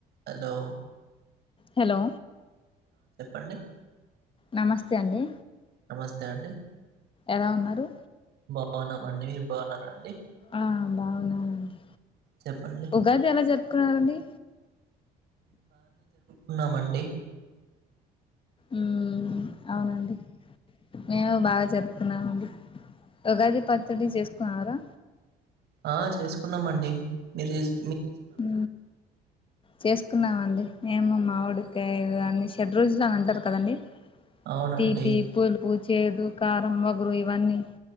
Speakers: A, on the right; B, on the left.
A: Hello
B: hello
A: అండి
B: నమస్తే అండి
A: నమస్తే అండి
B: ఎలా ఉన్నారు
A: బాగున్నామండి బాగున్నారా అండి
B: ఆ బాగునండి
A: చెప్పండి
B: ఉగాది ఎలా జరూప్ క అండి
A: ఉన్నామండి
B: ఉ అవునండి మేము బాగా జరుపు తున్నామండి ఉగాది పచ్చడి చేసుకున్నారా
A: ఆ చేసుకున్నాము అండి మీరు చేసు
B: ఆ చేసుకున్నామండి ఏమో మామిడికాయాలు అని షెడ్ రుచులు అని అంటారు కదండి
A: అవునండి
B: తీపి పులుపు చేదు కారం ఒగురు ఇవన్నీ